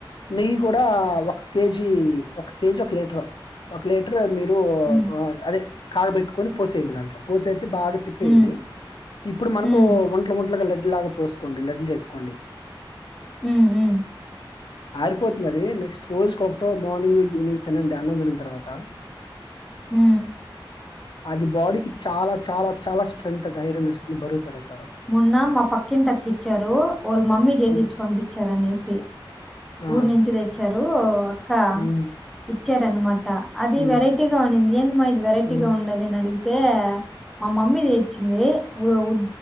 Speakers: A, on the left; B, in the centre.
A: నెయ్యి కూడా ఒక కేజీ ఒక కేజీ ఒక లే, రు ఒక లీటర్ మీరు, ఉ
B: ఉమ్
A: కో అదే కాగా పెట్టుకొని పోసేయండి దాంట్లో పోసేసి, బాగా తిప్పేయాడి
B: ఉమ్
A: ఇప్పుడు మనకు
B: ఉమ్
A: ఒంట్లో ఒంట్లో లడ్డు లాగా, పోసుకోండి లడ్డలు చేసుకోండి,
B: ఉ హు
A: అరిపోతుంది నెక్స్ట్ రోజుకి ఒకటో మార్నింగ్ ఈవినింగ్, తినండి అన్నం తిని తర్వాత,
B: హు
A: అది బాడీకి చాలా చాలా చాలా స్ట్రెంత్ అది ఐరన్ర్స్ బరువు పెరుగు,
B: మొన్న మా పక్కిటి అక్క ఇచ్చారు. వాళ్ళ మమ్మీ చేసి
A: హ్మ్.
B: ఇచ్చి పంపించారు. అనేసి
A: ఆ!
B: ఊరు నుంచి తెచ్చారు, అక్క
A: హ్మ్.
B: ఇచ్చ టన్మాట అది
A: హ్మ్.
B: వెరైటీగా ఉనింది ఏంద మా ఇది వెరైటీగా
A: హ్మ్.
B: ఉండది అడిగి, తే మా మమ్మీ, వచ్చి ఓ వు